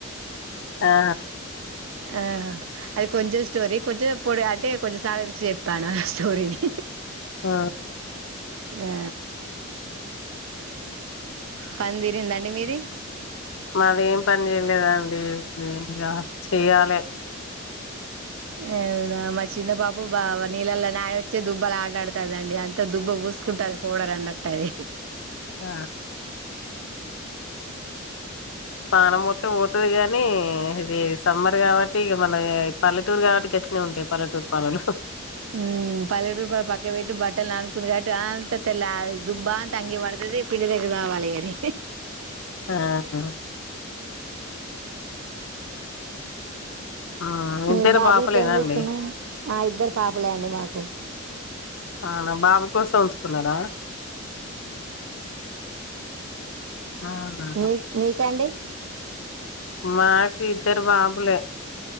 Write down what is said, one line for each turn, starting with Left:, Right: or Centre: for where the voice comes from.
Left: ఆా
Right: ఆ అది కొంచెం స్టోరి కొంచెం పోడు అంటే కొంచెం సగదిప్పాను స్టోరీని
Left: ఆ
Right: ఆ పనితీరిందా అండి మీది
Left: మాదేం పని చేయలేదండి ఇంకా చెయ్యాలే
Right: అవునా మా చిన్న పాప బా నీళ్ళలో నాని వచ్చే దుబ్బలా ఆట ఆడుతదండి అంతా దుబ్బ పుసుకుంటుది ఫోడ రంనాట్ అది
Left: ఆ స్నానం మొత్తం పోతుది కాగానీ ఇది సమ్మర్ కాబట్టి ఇగ మన పల్లెటూరు కాబట్టి గట్లనే ఉంటాయి పల్లెటూరు పనులలు
Right: ఉ పల్లెటూరు పని పక్క బెట్టి బట్టలు నాన్ కుందు కాటు అంత తెల్ల దుబ్బా అంత అంగి పడుతది పిండి దెగి రావాలి గది
Left: ఆ హ్మ్.
Right: మీ
Left: ఇద్దరు
Right: బాబు
Left: పాపలేనా
Right: ఇట్లా ఏం చేస్తున్నా
Left: అండి
Right: ఆ ఇద్దరు పాపలే అండి మాకు
Left: అనా బాబు కోసం ఉంచుకున్నారా అవునా
Right: మీక్ మీకండి
Left: మాకి ఇద్దరు బాబులే